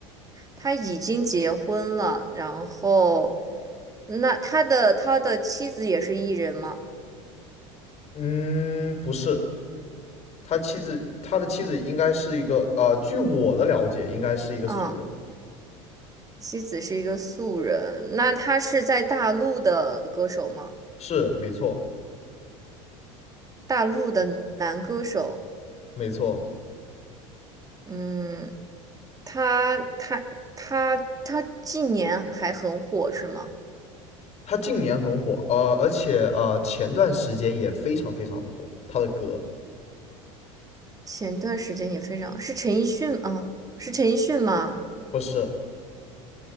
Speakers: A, on the right; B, on the left.
A: 他已经结婚了，然后，那他的他的妻子也是艺人吗？
B: 嗯，不是，他妻子，他的妻子应该是一个，呃，据我的了解，应该是一个素人。
A: 啊，妻子是一个素人，那他是在大陆的歌手吗？
B: 是，没错，
A: 大陆的男歌手，
B: 没错。
A: 嗯，他他他他近年还很火是吗？
B: 他近年很火，呃，而且呃，前段时间也非常非常的火，他的歌。
A: 前段时间也非常，是陈奕迅啊，是陈奕迅吗？
B: 不是，